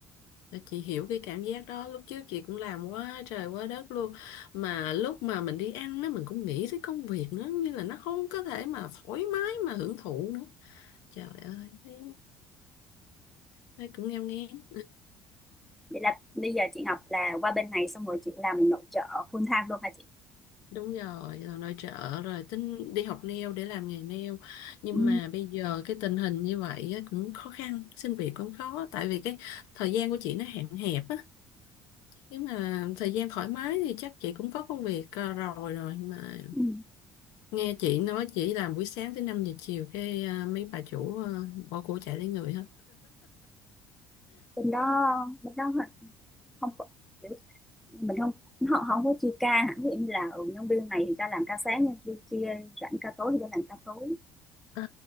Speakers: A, on the left; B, in the centre.
A: Chị hiểu cái cảm giác đó lúc trước chị cũng làm quá trời quá đất luôn mà lúc mà mình đi ăn á mình cũng nghĩ tới công việc nữa như là nó không có thể mà thoải mái mà hưởng thụ nữa trời ơi thấy, thấy cũng nghèo nghén
B: vậy là bây giờ chị học là qua bên này xong rồi chị làm nội trợ full time luôn hả chị
A: đúng rồi là nội trợ rồi tính đi học nail để làm nghề nail nhưng
B: ừ.
A: mà bây giờ cái tình hình như vậy á, cũng khó khăn xin việc cũng khó tại vì cái thời gian của chị nó hạn hẹp á Nếu mà thời gian thoải mái thì chắc chị cũng có công việc ờ, rồi rồi mà
B: Ừ.
A: nghe chị nói chị làm buổi sáng tới 5 giờ chiều cái ờ, mấy bà chủ ờ, bỏ của chạy lấy người hết.
B: bên đó bên đó không có mình không họ họ không có chia ca hả ví dụ như là ừ, nhân viên này thì ra làm ca sáng nhân viên kia rảnh ca tối thì ra làm ca tối
A: Ờ,